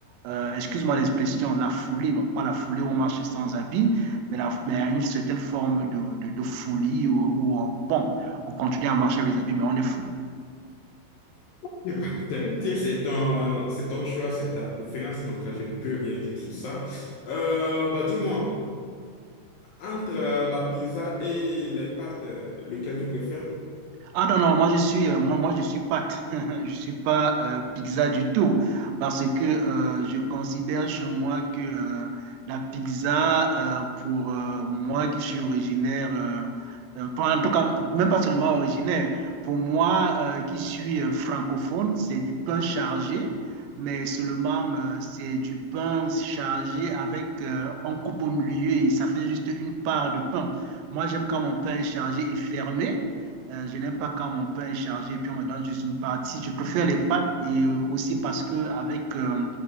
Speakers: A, on the right (about 80°); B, on the left (about 70°).
A: euh, excuse-moi l'expression, la folie, bon, pas la folie où on marche sans habit, mais, la, mais une certaine forme de, de, de folie où, où on, bon, on continue à marcher avec les habits, mais on est fou.
B: Je vais pas t'inviter, C'est ton, euh, c'est ton choix, c'est ta préférence, donc euh, je ne peux rien dire sur ça. Euh, bah, dis-moi, entre euh, la pizza et les pâtes, euh, lequel tu préfères?
A: Ah non, non, moi je suis, euh, moi, moi, je suis pâte, <laughs> je suis pas euh, pizza du tout, parce que euh, je considère chez moi que euh, la pizza, euh, pour euh, moi qui suis originaire, euh, euh, pas- en tout cas, même pas seulement originaire, pour moi euh, qui suis euh, francophone, c'est du pain chargé, mais seulement euh, c'est du pain chargé avec euh, on coupe au milieu et ça fait juste une part de pain. Moi j'aime quand mon pain est chargé et fermé. Euh, je n'aime pas quand mon pain est chargé et puis on me donne juste une partie. Je préfère les pâtes et aussi parce que avec euh,